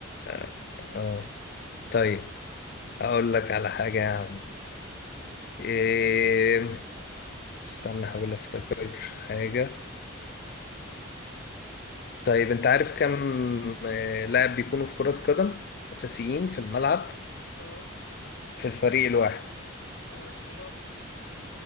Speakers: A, on the left; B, on the left.
A: اه آه. طيب هقول لك على حاجة يا عم إيه... استنى احاول افتكر حاجة طيب انت عارف كم آه، لاعب بيكونوا في كرة قدم اساسيين في الملعب
B: اه
A: في الفريق الواحد
B: اه 11